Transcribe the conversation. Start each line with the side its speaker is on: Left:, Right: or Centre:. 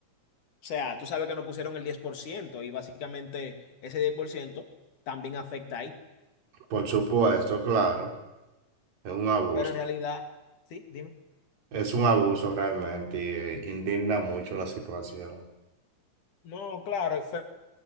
Left: O sea, tú sabes que nos pusieron el 10% y básicamente ese 10% también afecta ahí.
Right: por supuesto, claro, es un abuso,
Left: Pero en realidad, Sí, dime.
Right: es un abuso realmente, y eh, indigna mucho la situación.
Left: no, claro, pe-